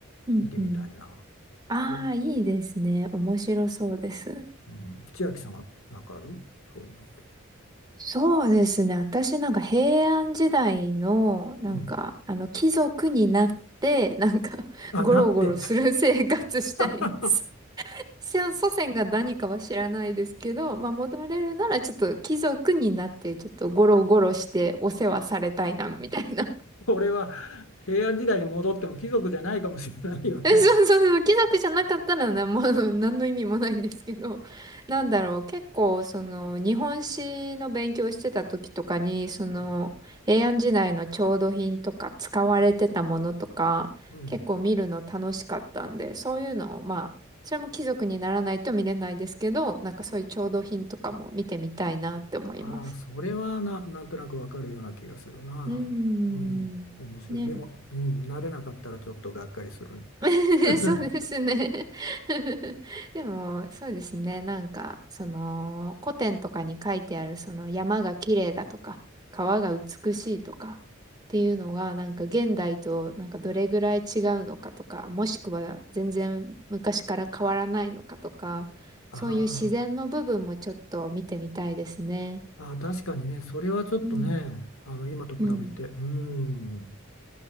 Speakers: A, on the right; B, on the left.
A: うん、
B: 見てみたいな。
A: うん。ああ、
B: え、
A: いいですね。面白そうです。
B: うん、千秋さんはなんかあるそういうのって。
A: そうですね。私なんか平安時代の、なんか、
B: うん
A: あの、貴族になって、なんか、
B: あ、
A: ゴロゴロする生活したいです。
B: なって。<laughs>
A: 先祖先が何かは知らないですけど、まあ、戻れるならちょっと貴族になって、ちょっとゴロゴロしてお世話されたいな、みたいな
B: これは平安時代に戻っても貴族じゃないかもしれないよね。
A: <laughs> え、そうそうそう、貴族じゃなかったらな、もうあの何の意味もないんですけど、<laughs> なんだろう、結構、その、日本史の勉強してた時とかに、その、
B: うん。
A: 平安時代の調度品とか、使われてたものとか、
B: うん
A: 結構見るの楽しかったんで、そういうのを、まあ、それも貴族にならないと見れないですけど、なんかそういう調度品とかも見てみたいなって思います。
B: ああ、それはな、なんとなくわかるような気がするな。
A: うーん。
B: うん。面白い。
A: ね。
B: でも、うん、慣れなかったらちょっとがっかりする。
A: <laughs>
B: <laughs>
A: そうですね <laughs> でも、そうですね。なんか、その、古典とかに書いてある、その、山が綺麗だとか、川が美しいとか、っていうのが、なんか、現代と、なんか、どれぐらい違うのかとか、もしくは、全然昔から変わらないのかとか、そういう自然の部分もちょっと見てみたいですね。
B: ああ、ああ、確かにね、それはちょっとね、
A: うん。
B: あの、今と比べて、
A: うん。
B: うん、